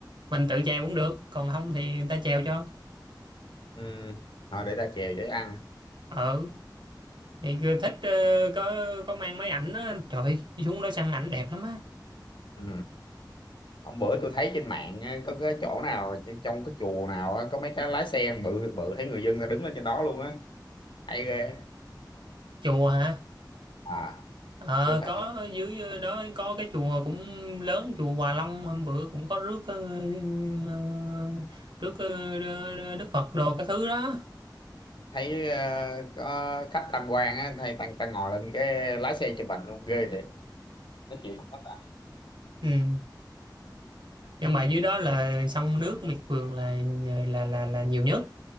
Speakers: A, on the right (about 80°); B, on the left (about 85°).
A: mình tự chèo cũng được còn không thì người ta chèo cho
B: ừ. Thôi để ta chèo để ăn.
A: ừ thì cứ thích ờ, có có mang máy ảnh á trời ơi, xuống đó săn ảnh đẹp lắm á
B: Ở, hôm bữa tôi thấy trên mạng á, có cái chỗ nào tr- trong cái chùa nào á, có mấy cái lái xe bự bự thấy người dân ta đứng lên trên đó luôn á hay ghê
A: chùa hả
B: à
A: ờ
B: tôi thấy
A: có
B: không
A: dưới đó có cái chùa cũng lớn chùa Hòa Long hôm bữa cũng có rước ờ, ờ, rước ờ, Đức Phật đồ cái thứ đó
B: thấy ờ, có khách tham quan á thấy tăng tăng ngồi lên cái lái xe chụp ảnh luôn ghê thiệt nó chịu thật tất cả
A: ừ nhưng mà dưới đó là sông nước miệt vườn là là là là nhiều nhất